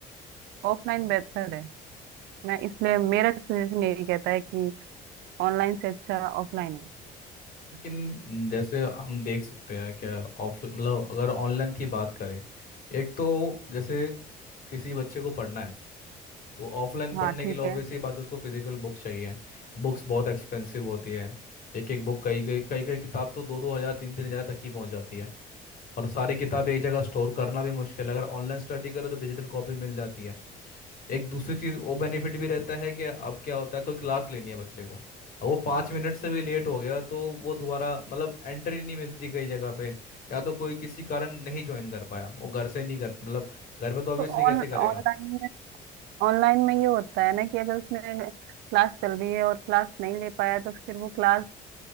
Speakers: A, on the right; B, on the left.
A: ऑफलाइन
B: हम्म।
A: बेहतर है मैं इसलिए मेरा सजेशन यही कहता है कि ऑनलाइन से अच्छा ऑफलाइन है
B: लेकिन जैसे हम देख सकते हैं क्या ऑफ मतलब अगर ऑनलाइन की बात करें एक तो जैसे किसी बच्चे को पढ़ना है तो ऑफलाइन पढ़ने
A: हाँ ठीक
B: के लिए ऑब्वियसली
A: है
B: बात है, उसको फिजिकल बुक चाहिए बुक्स बहुत एक्सपेंसिव होती है एक एक बुक कई कई कई कई किताब तो दो दो हज़ार तीन तीन हज़ार तक की पहुंच जाती है और सारी किताब एक जगह स्टोर करना भी मुश्किल है अगर ऑनलाइन स्टडी करें तो डिजिटल कॉपी मिल जाती है एक दूसरी चीज़ वो बेनिफिट भी रहता है कि अब क्या होता है कोई क्लास लेनी है बच्चे को अब वो पाँच मिनट से भी लेट हो गया तो वो दोबारा मतलब एंट्री नहीं मिलती कई जगह पे या तो कोई किसी कारण नहीं ज्वाइन कर पाया वो घर से नहीं कर मतलब घर पे तो ऑब्वियसली
A: तो
B: कैसे
A: ऑन ऑनलाइन
B: करेगा
A: में ऑनलाइन में ये होता है ना कि अगर उसने क्लास चल रही है और क्लास नहीं ले पाया तो फिर वो क्लास